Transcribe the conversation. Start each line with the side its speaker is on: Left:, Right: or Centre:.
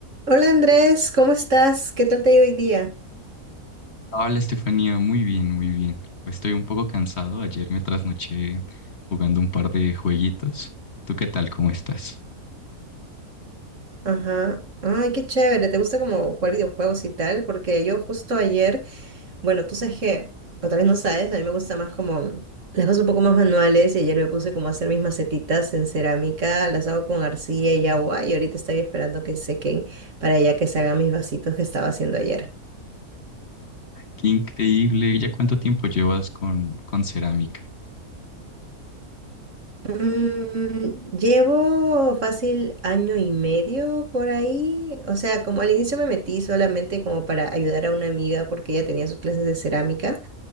Right: Hola Andrés, ¿cómo estás? ¿Qué tal te ha ido hoy día?
Left: Hola Estefanía, muy bien, muy bien. Estoy un poco cansado. Ayer me trasnoché jugando un par de jueguitos. ¿Y tú qué tal? ¿Cómo estás?
Right: Ajá. Ay, qué chévere. ¿Te gusta como jugar videojuegos y tal? Porque yo justo ayer, bueno, tú sabes que, o tal vez no sabes, a mí me gusta más como las cosas un poco más manuales y ayer me puse como a hacer mis macetitas en cerámica, las hago con arcilla y agua y ahorita estoy esperando que sequen para ya que se hagan mis vasitos que estaba haciendo ayer.
Left: Qué increíble. ¿Ya cuánto tiempo llevas con, con cerámica?
Right: Mm, llevo fácil año y medio por ahí. O sea, como al inicio me metí solamente como para ayudar a una amiga porque ella tenía sus clases de cerámica.